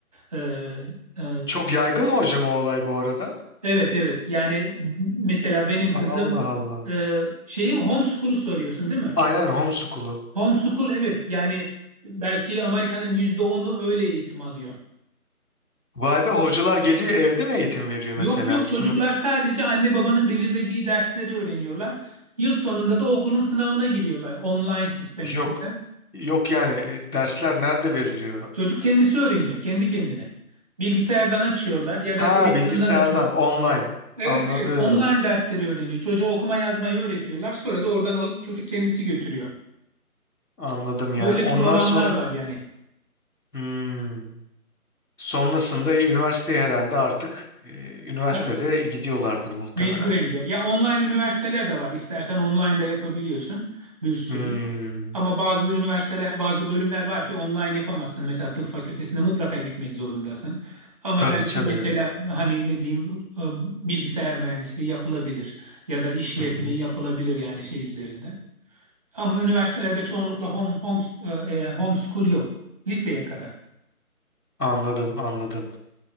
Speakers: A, on the right; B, on the left.
A: Ee, e,
B: Çok yaygın mı hocam o olay bu arada?
A: Evet evet. Yani m- mesela benim kızım
B: Allah Allah.
A: e, şeyi mi homeschool'u soruyorsun değil mi?
B: Aynen homeschool'u.
A: Homeschool evet. Yani belki Amerika'nın yüzde onu öyle eğitim alıyor.
B: Vay be hocalar geliyor evde mi eğitim veriyor
A: Yok
B: mesela?
A: yok
B: Sınıf
A: çocuklar sadece anne babanın belirlediği dersleri öğreniyorlar. Yıl sonunda da okulun sınavına giriyorlar online sistem
B: yok.
A: içinden.
B: Yok yani e, dersler nerede veriliyor?
A: Çocuk kendisi öğreniyor kendi kendine. Bilgisayardan açıyorlar ya
B: Ha
A: da televizyondan
B: bilgisayardan
A: açıyor.
B: online.
A: Evet
B: Anladım.
A: evet online dersleri öğreniyor. Çocuğa okuma yazmayı öğretiyorlar. Sonra da oradan alıp çocuk kendisi götürüyor.
B: Anladım yani.
A: Öyle
B: Ondan
A: programlar
B: sonra
A: var yani.
B: Hmm. Sonrasında üniversiteye herhalde artık e, üniversitede
A: Ha,
B: gidiyorlardır muhtemelen.
A: Mecburen gidiyor. Ya online üniversiteler de var. İstersen online da yapabiliyorsun bir sürü.
B: Hmm.
A: Ama bazı üniversiteler, bazı bölümler var ki online yapamazsın. Mesela tıp fakültesinde mutlaka gitmek zorundasın. Ama
B: Tabii
A: belki
B: tabii
A: mesela
B: evet.
A: hani ne diyeyim e, bilgisayar mühendisliği yapılabilir ya da işletme
B: Hı hı.
A: yapılabilir yani şey üzerinde. Ama üniversitelerde çoğunlukla home home e, e, homeschool yok. Liseye kadar.
B: Anladım anladım.